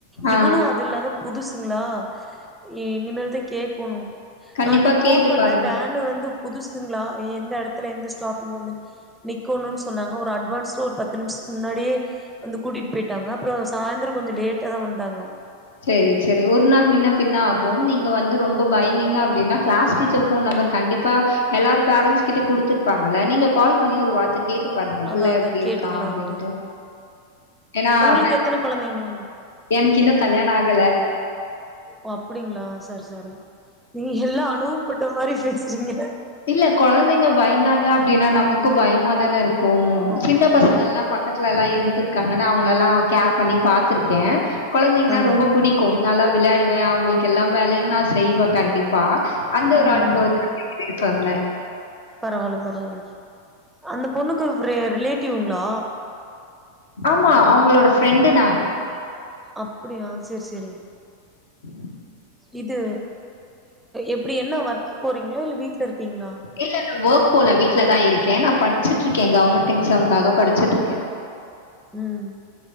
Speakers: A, on the left; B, in the centre.
A: ஆ
B: இவனு அது இல்லாத புதுசுங்ளா ஏ இனிமேல்தா கேக்கணு
A: கண்டிப்பா
B: நா அன்னைக்
A: கேட்டு
B: போன் பண்ணே
A: பாருங்க.
B: வே னு வந்து புதுசுங்ளா எந்த எடத்துல எந்த ஸ்டாப்பிங் வந்து நிக்கோனோன் சொன்னாங்க ஒரு அட்வான்ஸ்டா ஒரு பத்து நிமிஷ முன்னாடியே வந்து கூட்டிட்டு போயிட்டாங்க அப்புறோ சாயந்தரோ கொஞ்சோ லேட்டா தா வந்தாங்க
A: செரி செரி ஒரு நாள் முன்ன பின்ன ஆகு நீங்க வந்து ரொம்ப பயந்திங்க அப்டின்னா கிளாஸ் டீச்சர் போன் நம்பர் கண்டிப்பா எல்லார் பேரன்ட்ஸ் கிட்டயு குடுத்துருப்பாங்கள்ள நீங்க கால் பண்ணி ஒரு வார்த்த கேட்டு பாருங்க புள்ள
B: அதா அதா
A: எப்டி
B: கேட்டுக்கலான்ட்டு
A: இருக்கா அப்டின்ட்டு ஏனா <inaudible>
B: உங்களுக்கு எத்தன கொழந்தைங்க
A: எனக்கு இன்னு கல்யாண ஆகல
B: ஓ அப்டிங்களா சாரி சாரி நீங்க எல்லா அனுபப்பட்ட மாரி பேசுறீங்க
A: இல்ல கொழந்தைங்க பயந்தாங்க அப்டின்னா நமக்கும் பயமா தான இருக்கும்
B: ஆமா
A: சின்ன
B: ஆமா
A: பசங்கள் எல்லாம் பக்கத்துலல்லாம் இருந்திருக்காங்க அவங்கள எல்லாம் கேர் பண்ணி பாத்திருக்கேன் கொழந்தைங்கன்னா
B: ஆ
A: ரொம்ப பிடி நல்லா விளையாடுவேன் அவூங்களுக்கு எல்லாம் வேலையும் நான் செய்வேன் கண்டிப்பா அந்த
B: ம்
A: ஒரு அனுபவத்த சொன்னே
B: பரவால பரவால அந்த பொண்ணுக்கு ரிலேட்டிவ்ங்ளா
A: ஆமா அவுங்களோட ஃப்ரெண்டு நா
B: அப்டியா சேரி சேரி
A: <inaudible>
B: இது எப்டி என்ன ஒர்க் போறீங்களா இல்ல வீட்ல இருக்கீங்களா
A: இல்ல நா ஒர்க் போல வீட்லதா இருக்கே நா படிச்சுட்டு இருக்கே கவர்ன்மெண்ட் எக்ஸாம்காக படிச்சிட்டு இருக்கே
B: உம்